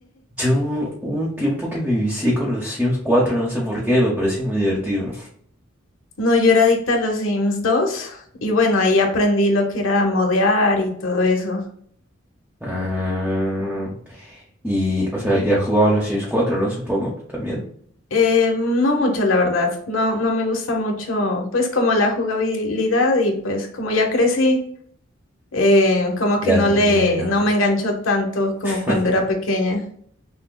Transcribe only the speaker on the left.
<laughs> no, yo era adicta a los Sims dos y bueno, ahí aprendí lo que era modear y todo eso.
Eh, no mucho, la verdad, no, no me gusta mucho pues como la jugabilidad y pues como ya crecí, eh, como que
no
le, no me enganchó tanto como cuando
era pequeña.